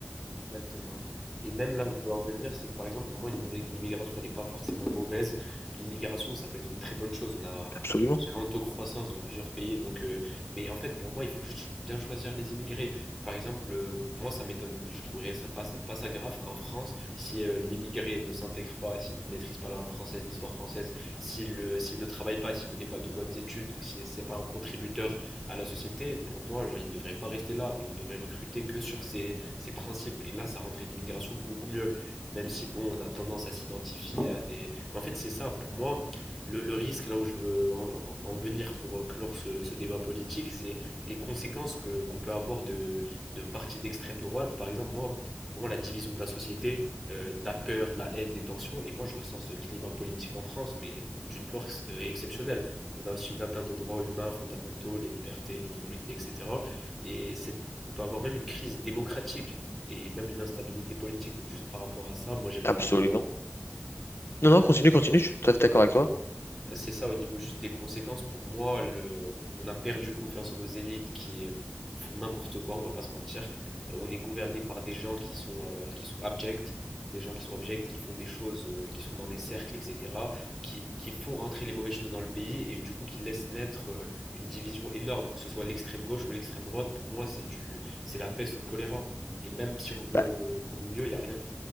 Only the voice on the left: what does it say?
Absolument,
absolument.
Non, non, continue, continue, je suis tout à fait d'accord avec toi.
Bah,